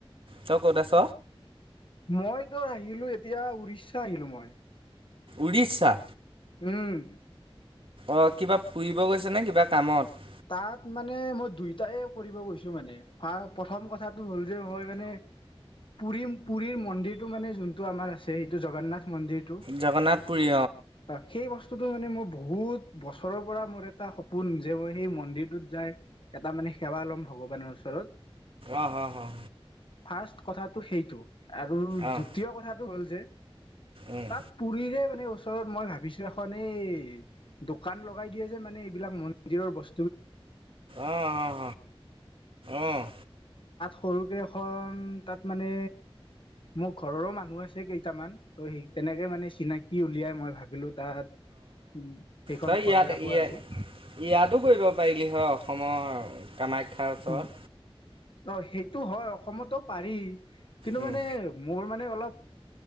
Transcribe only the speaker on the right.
তই ক'ত আছ?
উৰিষ্যা।
অ কিবা ফুৰিব গৈছে নে, কিবা কামত।
জগন্নাথ পুৰী
আহ, হ, হ।
অ',
উম,
অ', অ', অ', অ'।
তই
ইয়াত
ইয়া
ইয়াতো কৰিব পাৰিলি হয় অসমৰ কামাখ্যাৰ ওচৰত।
উম,